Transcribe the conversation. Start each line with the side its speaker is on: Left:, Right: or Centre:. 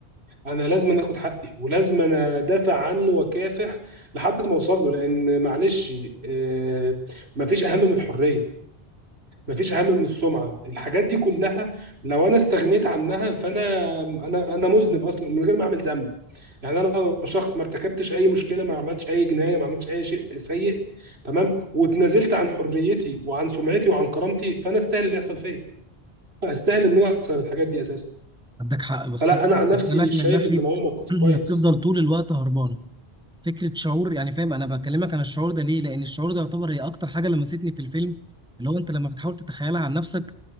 Right: انا لازم اخد حقي ولازم انا ادافع عنه واكافح لحد ما اوصل له لان معلش آه، مفيش اهم من الحريه مفيش اهم من السمعه الحاجات دي كلها لو انا استغنيت عنها فانا انا انا مذنب اصلا من غير ما اعمل ذنب يعني انا لو شخص ما ارتكبتش اي مشكله ما عملتش اي جنايه ما عملتش اي شيء سيء تمام واتنازلت عن حريتي وعن سمعتي وعن كرامتي فانا استاهل اللي يحصل فيا استاهل ان انا اخسر الحاجات دي اساسا
Centre: عندك حق بس
Right: فلا
Centre: انا
Right: انا
Centre: قلت
Right: عن نفسي
Centre: لك
Right: شايف
Centre: من ناحيه
Right: ان هو موقف
Centre: <clears throat>
Right: كويس
Centre: انك تفضل طول الوقت هربان فكره شعور يعني فاهم انا بكلمك عن الشعور ده ليه لان الشعور ده يعتبر هي اكتر حاجه لمستني في الفيلم اللي هو انت لما بتحاول تتخيلها عن نفسك